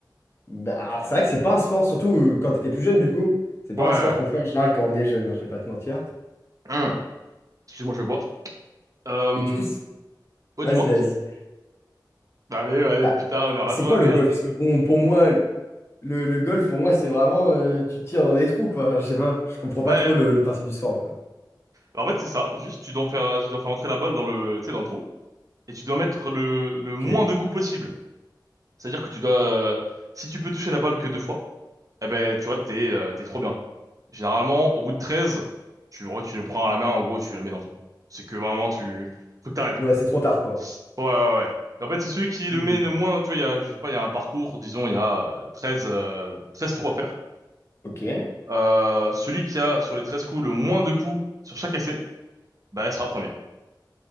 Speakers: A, on the left; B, on the right.
A: Bah, alors
B: Euh,
A: c'est vrai que c'est pas un sport, surtout euh, quand t'étais plus jeune du coup. C'est pas
B: ouais, ouais.
A: un sport qu'on fait en général quand on est jeune, hein, je vais pas te mentir.
B: Hum. Excuse-moi, je vais boire. Euh,
A: Et du coup, c'est-
B: ouais,
A: vas-y,
B: dis-moi.
A: vas-y.
B: Bah, allez, allez,
A: Bah,
B: putain, honneur
A: c'est
B: à toi,
A: quoi
B: merde.
A: le golf? Parce que bon, pour moi, le, le golf, pour moi, c'est vraiment euh, tu tires dans des trous, quoi. Enfin, je sais pas, je comprends pas
B: Bah,
A: trop le, le principe du sport un peu.
B: en fait, c'est ça. Juste, tu dois faire, tu dois faire entrer la balle dans le, tu sais, dans le trou. Et tu dois mettre le, le
A: Ok.
B: moins de coups possible. C'est-à-dire que tu dois, euh, si tu peux toucher la balle que deux fois, eh ben, tu vois, t'es, euh, t'es trop bien. Généralement, au bout de 13, tu, en vrai, tu le prends à la main, en gros, et tu la mets dans le trou. C'est que vraiment, tu, faut que t'arrêtes,
A: Ouais,
B: quoi.
A: c'est trop tard, quoi.
B: Ouais, ouais, ouais. En fait, c'est celui qui
A: Hmm.
B: le met le moins, tu vois, il y a, je sais pas, il y a un parcours, disons, il y a euh, 13 euh, 13 trous à faire.
A: Ok.
B: Euh, celui qui a, sur les 13 coups, le moins de coups sur chaque essai, bah, elle sera premier.